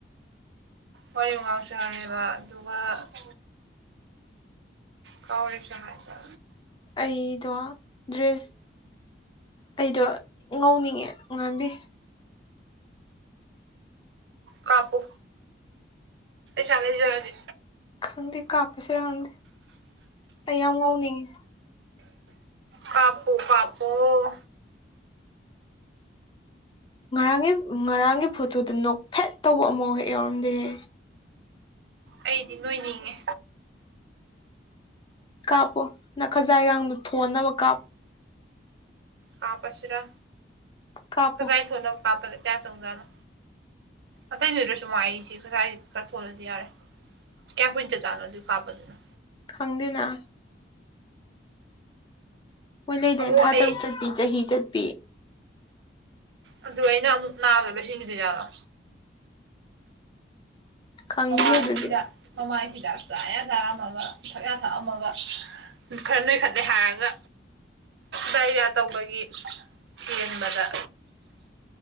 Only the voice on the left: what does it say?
ꯑꯩꯗꯣ ꯗ꯭ꯔꯦꯁ ꯑꯩꯗꯣ ꯉꯧꯅꯤꯡꯉꯦ ꯉꯥꯟꯕꯤ
ꯈꯪꯗꯦ ꯀꯥꯞꯄꯁꯤꯔ ꯈꯪꯗꯦ ꯑꯩ ꯌꯥꯝ ꯉꯥꯎꯅꯤꯡꯉꯤ
ꯉꯔꯥꯡꯒꯤ ꯉꯔꯥꯡꯒꯤ ꯐꯣꯇꯣꯗ ꯅꯣꯛ ꯐꯦꯠ ꯇꯧꯕ ꯑꯃꯐꯥꯎ ꯍꯦꯛ ꯌꯥꯎꯔꯝꯗꯦꯍꯦ
ꯀꯥꯞꯄꯣ ꯅ ꯈꯖꯥ ꯍꯒꯥꯡꯗꯣ ꯊꯣꯟꯅꯕ ꯀꯥꯞꯄꯣ
ꯀꯥꯞꯄꯣ
ꯈꯪꯗꯦꯅ ꯃꯣꯏ ꯂꯩꯗꯅ
ꯊꯥ
ꯇꯔꯨꯛ ꯆꯠꯄꯤ ꯆꯍꯤ ꯆꯠꯄꯤ
ꯈꯪꯗꯦ
ꯑꯗꯨꯗꯤ